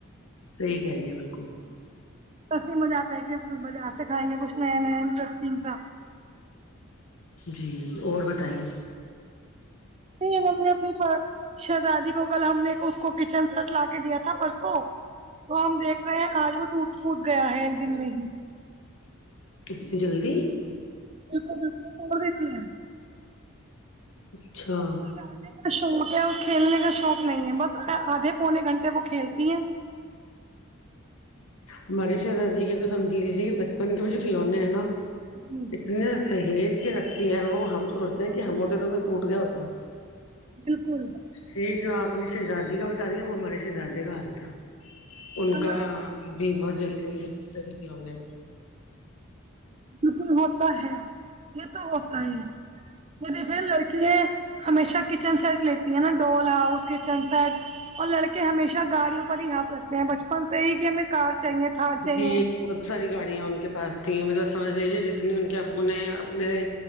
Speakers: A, on the left; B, on the right.
A: صحیح کہہ رہی ہیں بالکل
B: ٹس سے مزہ آتا ہے کہ بازار سے کھائیں گے کچھ نیا نیا انٹرسٹنگ سا
A: جی اور بتائیں
B: <unintelligible> شہزادی کو کل ہم نے اس کو کچن سٹ لا کے دیا تھا پرسوں تو ہم دیکھ رہے ہیں آج وہ ٹوٹ پھوٹ گیا ہے ایک دن میں ہی
A: اتنی جلدی
B: <unintelligible> توڑ دیتی ہیں
A: اچھا
B: اس کو لانے کا شوق ہے اور کھیلنے کا شوق نہیں ہے بس آدھے پونے گھنٹے وہ کھیلتی ہیں
A: ہماری شہزادی کے تو سمجھ لیجیے بچپن کے جو کھلونے ہیں نا
B: جی
A: اتنے سہیج کے رکھتی ہیں وہ ہم سوچتے ہیں کہ ہم ہوتے تو وہ ٹوٹ گیا ہوتا
B: بالکل
A: ش جو آپ اپنی شہزادی کا بتا دیا وہ ہمارے شہزادے کا حال تھا ان
B: ہمارے
A: کا بہت جلدی جلدی ٹوٹتے تھے کھلونے
B: بک میں ہوتا ہے یہ تو ہوتا ہے یہ دیکھے لڑکیاں ہمیشہ کچن سیٹ لیتی ہیں نا ڈول ہاؤس کچن سیٹ اور لڑکے ہمیشہ گاڑیوں پر ہی ہاتھ رکھتے ہیں بچپن سے یہی کہ ہمیں کار چاہیے تھار چاہیے
A: جی بہت ساری گاڑیاں ان کے پاس تیں مطلب سمجھ لیجیے جتنی ان کے ابو نے اپنے